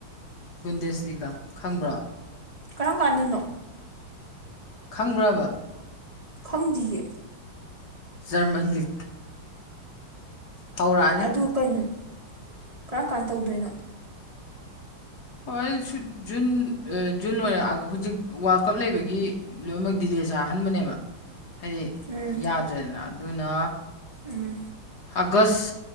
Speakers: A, on the left (about 55°); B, on the right (about 40°).
A: ꯕꯨꯟꯗꯦꯖꯂꯤꯒ ꯈꯪꯕ꯭ꯔꯣ
B: ꯀꯔꯝ ꯀꯥꯟꯗꯅꯣ
A: ꯈꯪꯕ꯭ꯔꯕ
B: ꯈꯪꯗꯤꯌꯦ
A: ꯖꯔꯃꯟ ꯂꯤꯛ ꯍꯧꯔꯛꯑꯅꯤ
B: ꯑꯗꯨ ꯀꯩꯅꯣ ꯀꯔꯝ ꯀꯥꯟ ꯇꯧꯗꯣꯏꯅꯣ
A: ꯍꯣꯏꯁꯨ ꯖꯨꯟ ꯑ ꯖꯨꯟ ꯑꯣꯏꯔ ꯍꯧꯖꯤꯛ ꯋꯥꯔꯜ ꯀꯞ ꯂꯩꯕꯒꯤ ꯂꯣꯏꯃꯛ ꯗꯤꯂꯦ ꯆꯥꯍꯟꯕꯅꯦꯕ ꯍꯥꯏꯗꯤ
B: ꯎꯝ
A: ꯌꯥꯗ꯭ꯔꯦꯅ ꯑꯗꯨꯅ
B: ꯎꯝ
A: ꯑꯥꯒꯁ